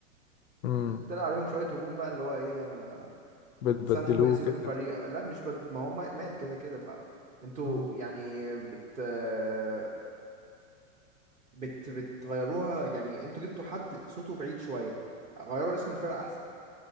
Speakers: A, on the left (about 80°); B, on the right (about 20°).
A: مم.
B: طلع عليهم شوية هجوم بقى اللي هو إيه يعني ما,
A: بتبدلوه
B: ما تسموا باسم
A: كده
B: الفريق لا مش بد... ما هو ما- مات كده كده ف انتوا
A: مم.
B: يعني بت آه، بت بتغيروها يعني انتوا جبتوا حد صوته بعيد شوية غيروا اسم الفرقة